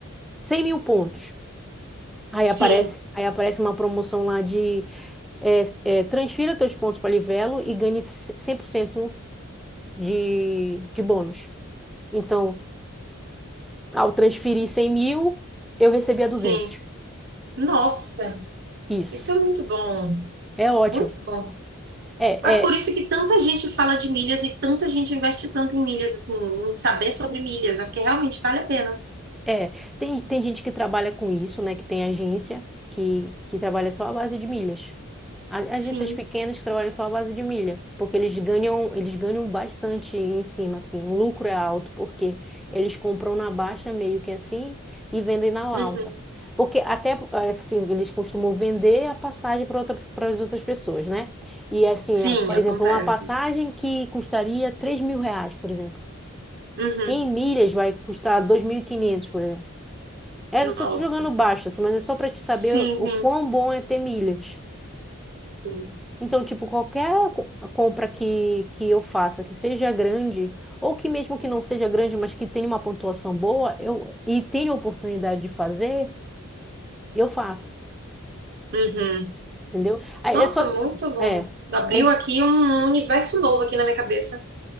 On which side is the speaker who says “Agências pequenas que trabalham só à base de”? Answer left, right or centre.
Centre